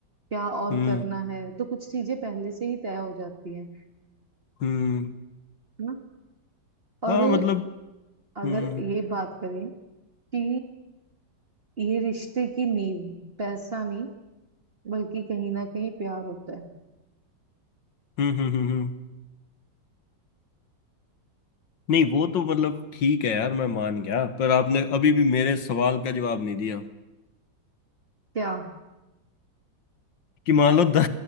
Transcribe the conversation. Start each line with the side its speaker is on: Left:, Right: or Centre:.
Right: क्या और
Left: हम्म
Right: करना है तो कुछ चीजें पहले से ही तय हो जाती हैं
Left: हम्म
Right: है ना और
Left: हाँ मतलब
Right: अगर
Left: हम्म हम्म
Right: ये बात करें कि ये रिश्ते की नींव पैसा नहीं बल्कि कहीं ना कहीं प्यार होता है
Left: हम्म हम्म हम्म। नहीं वो तो मतलब ठीक है यार मैं मान गया पर आपने अभी भी मेरे सवाल का जवाब नहीं दिया
Right: क्या
Left: कि मान लो द,